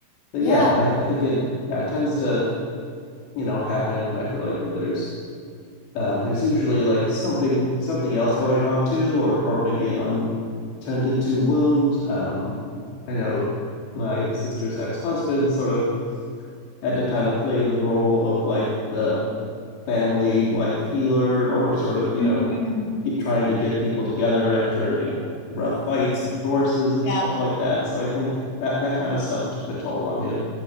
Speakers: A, on the left; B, on the left.
A: but
B: Yeah.
A: yeah, I, I think it yeah it tends to you know happen. I feel like when there's um, there's usually like something something else going on too, or or maybe an untended to wound. Um, I know my sister's ex husband sort of had to kind of play the role of like the family like healer or sort of you
B: hmm
A: know trying to get people together after you know rough fights and divorces and
B: Yeah.
A: stuff like that. So I think that that kind of stuff took a toll on him.